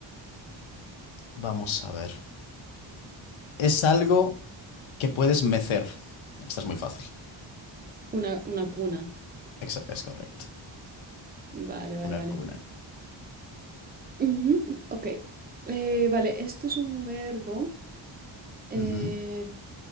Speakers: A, on the left (about 80°); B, on the right (about 20°).
A: vamos a ver. Es algo que puedes mecer. Esta es muy fácil.
B: Una, una cuna.
A: Exa- es correcto.
B: Vale, vale,
A: Una
B: vale.
A: cuna.
B: Ujú, ok. Eh, vale, esto es un verbo. Eh,
A: Ujú.